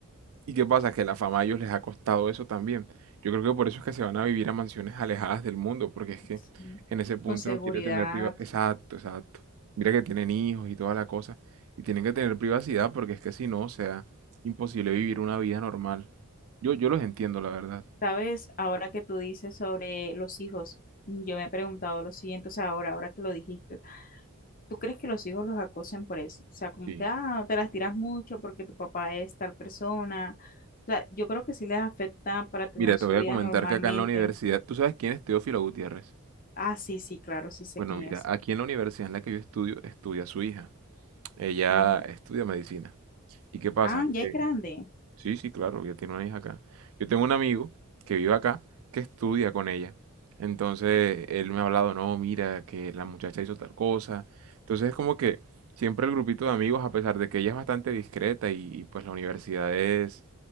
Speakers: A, on the right (about 65°); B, on the left (about 40°).
A: ¿Y qué pasa? Que la fama a ellos les ha costado eso también. Yo creo que por eso es que se van a vivir a mansiones alejadas del mundo, porque es que
B: Sí,
A: en ese punto
B: Con seguridad.
A: no quiere tener privacidad. Exacto, exacto. Mira que tienen hijos y toda la cosa, y tienen que tener privacidad porque es que si no, o sea, imposible vivir una vida normal. Yo, yo los entiendo, la verdad.
B: Sabes, ahora que tú dices sobre los hijos, yo me he preguntado lo siguiente, o sea, ahora, ahora que lo dijiste. ¿Tú crees que los hijos los acosan por eso? O sea, como
A: Sí.
B: que, ah, no te las tiras mucho porque tu papá es tal persona. O sea, yo creo que sí les afecta para tener
A: Mira, te
B: su
A: voy
B: vida
A: a comentar
B: normalmente.
A: que acá en la universidad, ¿tú sabes quién es Teófilo Gutiérrez?
B: Ah, sí, sí, claro, sí sé
A: Bueno,
B: quién
A: mira,
B: es.
A: aquí en la universidad en la que yo estudio, estudia su hija. Ella
B: Ujú.
A: estudia medicina. ¿Y qué pasa?
B: Ah, ya
A: Que
B: es grande.
A: Sí, sí, claro, ya tiene una hija acá. Yo tengo un amigo que vive acá, que estudia con ella. Entonces, él me ha hablado, no, mira, que la muchacha hizo tal cosa. Entonces, es como que siempre el grupito de amigos, a pesar de que ella es bastante discreta y, y, pues la universidad es,